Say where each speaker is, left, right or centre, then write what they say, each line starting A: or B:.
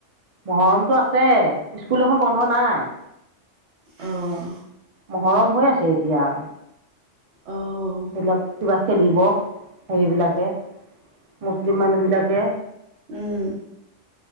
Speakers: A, on the right; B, on the right.
A: মহৰমতটো আছে স্কুল এখন বন্ধ নাই
B: অঁ
A: মহৰম হৈ আছে এতিয়া
B: অ',
A: এইবিলাক কিবা খেলিব সেইবিলাকে মুছলিম মানুহবিলাকে
B: উম।